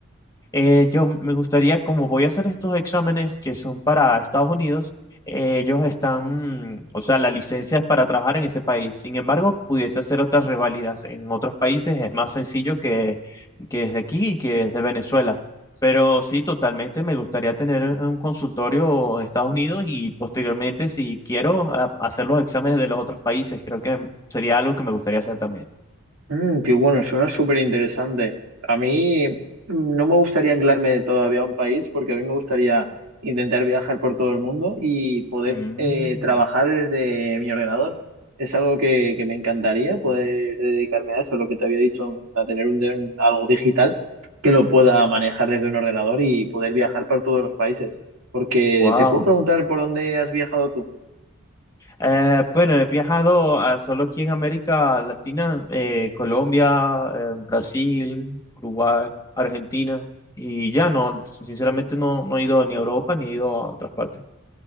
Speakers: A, on the left (about 15°); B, on the right (about 85°).
A: Eh, yo me gustaría, como voy a hacer estos exámenes que son para Estados Unidos, eh, ellos están, o sea, la licencia es para trabajar en ese país. Sin embargo, pudiese hacer otras revalidas en otros países, es más sencillo que, que desde aquí y que desde Venezuela. Pero sí, totalmente me gustaría tener un consultorio de Estados Unidos y posteriormente, si quiero, a- hacer los exámenes de los otros países. Creo que sería algo que me gustaría hacer también.
B: Mm, qué bueno, suena súper interesante. A mí mm, no me gustaría anclarme todavía a un país porque a mí me gustaría intentar viajar por todo el mundo y poder
A: Mm,
B: eh, trabajar desde mi ordenador. Es algo que, que me encantaría poder dedicarme a eso, lo que te había dicho, a tener un, un- algo digital que lo pueda manejar desde un ordenador y poder viajar por todos los países. Porque
A: wow.
B: te puedo preguntar por dónde has viajado tú.
A: Eh, bueno, he viajado ah, solo aquí en América Latina, eh, Colombia, eh, Brasil, Uruguay, Argentina y ya no, sinceramente no, no he ido ni a Europa ni he ido a otras partes.